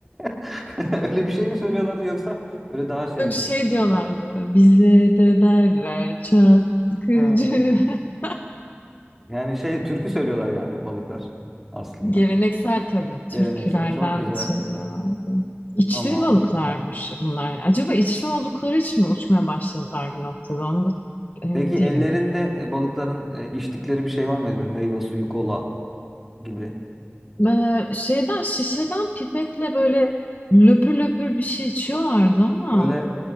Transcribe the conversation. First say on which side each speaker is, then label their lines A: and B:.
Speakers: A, in the centre; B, on the left.
A: <laughs> Öyle bir şey mi söylüyorlardı yoksa böyle daha şey
B: Yok
A: mi?
B: şey diyorlardı. Bize de derler çakıcı.
A: Ha.
B: <laughs>
A: Yani şey türkü söylüyorlar yani balıklar aslında.
B: Geleneksel tabii türkülerden
A: Geleneksel çok güzel.
B: söylüyorlardı. İçli
A: Tamam.
B: balıklarmış bunlar. Acaba içli oldukları için mi uçmaya başladılar bir noktada? Onu da emin
A: Peki
B: değilim.
A: ellerinde e, balıkların e, içtikleri bir şey var mıydı böyle meyve suyu, kola gibi?
B: Ee, şeyden şişeden pipetle böyle löpür löpür bir şey içiyorlardı ama
A: Böyle